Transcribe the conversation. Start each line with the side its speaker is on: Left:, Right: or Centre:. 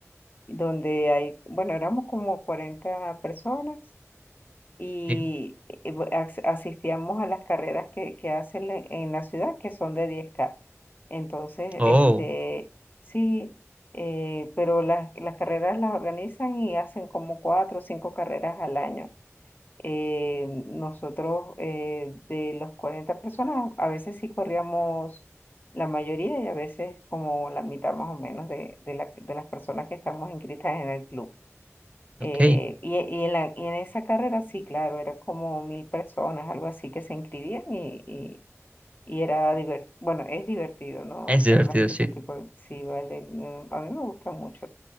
Left: donde hay, bueno, éramos como 40 personas y
Right: sí.
Left: eh, bu- as- asistíamos a las carreras que, que hacen la- en la ciudad, que son de diez k Entonces,
Right: Oh.
Left: este, sí, eh, pero las, las carreras las organizan y hacen como cuatro o cinco carreras al año. Eh, nosotros eh, de los 40 personas, a veces sí corríamos la mayoría y a veces como la mitad más o menos de, de la- de las personas que estamos inscritas en el club.
Right: Ok,
Left: Eh, y, y en la, y en esa carrera sí, claro, eran como mil personas, algo así, que se inscribían y, y- y era divertido, bueno, es divertido, ¿no?
Right: es
Left: Hacer
Right: divertido,
Left: la- ese
Right: sí.
Left: tipo de... Sí, vale, no, a mí me gusta mucho